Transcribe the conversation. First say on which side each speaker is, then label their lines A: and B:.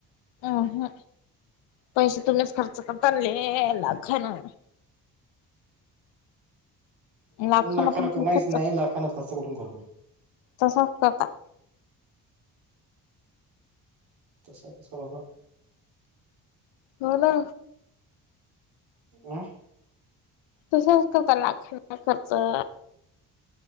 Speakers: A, on the left (about 85°); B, on the right (about 80°).
A: अम ह पैसे तुम्हीच खर्च करता आणले ला घा ना. लाखानं
B: न लाखांना
A: पण
B: कमाईच
A: खर्च
B: नाही लाखांना खर्च कठून करतो.
A: तसख का?
B: तस तस बाबा.
A: हो ना.
B: ह.
A: तसंच करता लाखानना खर्च